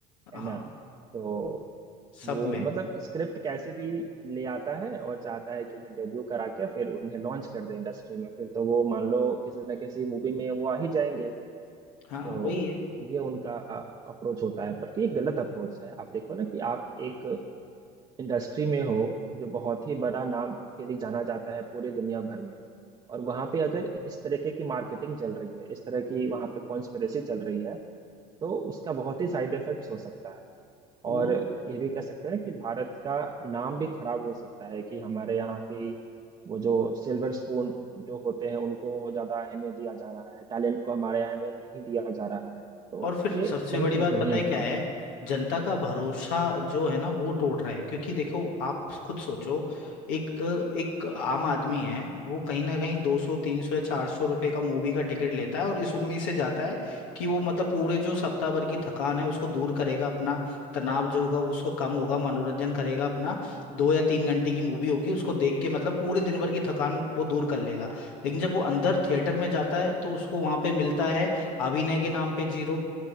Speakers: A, on the left; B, on the right.
A: हाँ
B: है ना तो
A: सब
B: वो
A: में
B: मतलब स्क्रिप्ट कैसे भी ले आता है और चाहता है कि उन्हें डेब्यू करा के फिर उन्हें लॉन्च कर दे इंडस्ट्री में फिर तो वो मान लो किसी न किसी मूवी में वो आ ही जाएंगे
A: हाँ
B: तो
A: वही है
B: ये उनका अप्रोच होता है बल्कि ये गलत अप्रोच है आप देखो ना कि आप एक इंडस्ट्री में हो जो बहुत ही बड़ा नाम के लिए जाना जाता है पूरी दुनिया भर में और वहां पे अगर इस तरीके की मार्केटिंग चल रही है इस तरह की वहां पे कॉन्स्पिरेसी चल रही है तो उसका बहुत ही साइड इफेक्ट्स हो सकता है और
A: वो
B: ये भी कह सकते हैं कि भारत का नाम भी खराब हो सकता है कि हमारे यहाँ की वो जो सिल्वर स्पून जो होते हैं उनको ज्यादा अहमियत दिया जा रहा है टैलेंट को हमारे यहाँ में नहीं दिया जा रहा है तो
A: और फिर
B: ये
A: सबसे
B: सही
A: बड़ी
B: चीज
A: बात
B: नहीं
A: पता है क्या
B: है
A: है जनता का भरोसा जो है ना वो टूट रहे हैं क्योंकि देखो आप खुद सोचो एक एक आम आदमी है वो कहीं ना कहीं 200 300 या 400 रुपए का मूवी का टिकट लेता है और इस उम्मीद से जाता है कि वो मतलब पूरे जो सप्ताह भर की थकान है उसको दूर करेगा अपना तनाव जो होगा वो उसको कम होगा मनोरंजन करेगा अपना दो या तीन घंटे की मूवी होगी उसको देख के मतलब पूरे दिन भर की थकान वो दूर कर लेगा लेकिन जब वो अंदर थिएटर में जाता है तो उसको वहां पे मिलता है अभिनय के नाम पे जीरो